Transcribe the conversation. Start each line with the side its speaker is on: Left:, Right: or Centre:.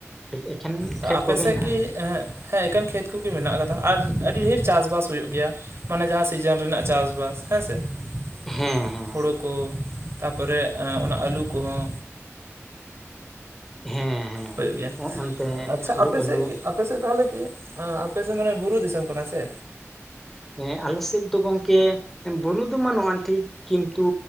Centre: ᱮᱠᱷᱮᱱ
Right: ᱛᱚ
Centre: ᱠᱷᱮᱛ
Right: ᱟᱯᱮ
Centre: ᱠᱚᱜᱮ
Right: ᱥᱮᱫ
Centre: ᱦᱮᱱᱟᱜᱼᱟ
Right: ᱠᱤ ᱦᱮᱸ ᱮᱠᱮᱱ ᱠᱷᱮᱛ ᱠᱚᱜᱮ ᱢᱮᱱᱟᱜ ᱟᱠᱟᱫᱟ ᱟᱨ ᱟᱹᱰᱤ ᱰᱷᱮᱨ ᱪᱟ-ᱥᱵᱟᱥ ᱦᱩᱭᱩᱜ ᱜᱮᱭᱟ ᱾ ᱢᱟᱱᱮ ᱡᱟᱦᱟᱸ ᱥᱤᱡᱮᱱ ᱨᱮᱱᱟᱜ ᱪᱟᱥ-ᱵᱟᱥ ᱦᱮᱸᱥᱮ ᱾
Centre: ᱦᱮᱸ ᱦᱮᱸ
Right: ᱦᱳᱲᱳ ᱠᱚ ᱛᱟᱯᱚᱨᱮ ᱚᱱᱟ ᱟᱹᱞᱩ ᱠᱚᱦᱚᱸ
Centre: ᱦᱮᱸ ᱦᱮᱸ
Right: ᱦᱩᱭᱩᱜ ᱜᱮᱭᱟ
Centre: ᱚᱱᱛᱮ
Right: ᱟᱪᱪᱷᱟ
Centre: ᱦᱩᱲᱩ
Right: ᱟᱯᱮ
Centre: ᱟᱹᱞᱩ
Right: ᱥᱮᱫ ᱠᱤ ᱟᱯᱮᱥᱮᱫ ᱛᱟᱦᱚᱞᱮ ᱠᱤ ᱟᱯᱮᱥᱮᱫ ᱢᱟᱱᱮ ᱵᱩᱨᱩ ᱫᱤᱥᱚᱢ ᱠᱟᱱᱟ ᱥᱮ?
Centre: ᱦᱮᱸ ᱟᱞᱮ ᱥᱮᱫ ᱫᱚ ᱜᱚᱢᱠᱮ ᱵᱩᱨᱩ ᱫᱚ ᱵᱟᱹᱱᱩᱜᱼᱟ ᱴᱷᱤᱠ ᱠᱤᱱᱛᱩ